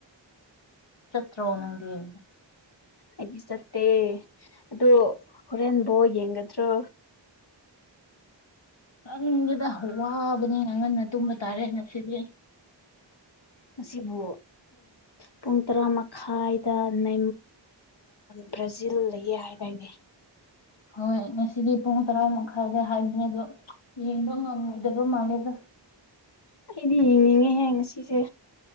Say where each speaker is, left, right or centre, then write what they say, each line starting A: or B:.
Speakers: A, on the left; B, on the left.
A: ꯆꯠꯇ꯭ꯔꯣ ꯑꯣꯅꯗꯤꯅꯦ
B: ꯑꯩꯗꯤ ꯆꯠꯇꯦ ꯑꯗꯣ ꯍꯣꯔꯦꯟꯕꯣ ꯌꯦꯡꯒꯗ꯭ꯔꯣ
A: ꯎ ꯅꯪꯗꯨꯗ ꯋꯥꯕꯅꯤꯅ ꯉꯟꯅ ꯇꯨꯝꯕ ꯇꯥꯔꯦ ꯉꯁꯤꯗꯤ
B: ꯑꯁꯤꯕꯨ ꯄꯨꯡ ꯇꯔꯥ ꯃꯈꯥꯏꯗ ꯅ ꯕ꯭ꯔꯥꯖꯤꯜꯗꯌꯦ ꯍꯥꯏꯗꯥꯅꯦ
A: ꯍꯣꯏ ꯉꯁꯤꯗꯤ ꯄꯨꯡ ꯇꯔꯥ ꯃꯈꯥꯏꯗ ꯍꯥꯏꯕꯅꯦ ꯑꯗꯣ ꯌꯦꯡꯕ ꯉꯝꯃꯣꯏꯗꯕ ꯃꯥꯜꯂꯦꯗ
B: ꯑꯩꯗꯤ ꯌꯦꯡꯅꯤꯡꯉꯦꯍꯦ ꯉꯁꯤꯁꯦ